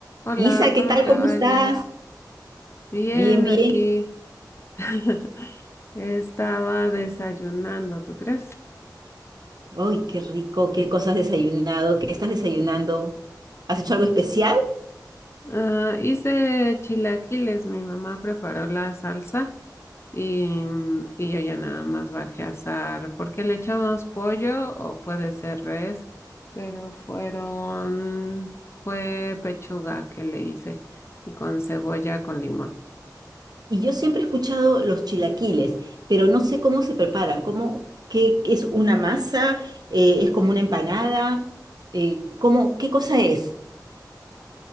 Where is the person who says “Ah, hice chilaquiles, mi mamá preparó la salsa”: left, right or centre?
Left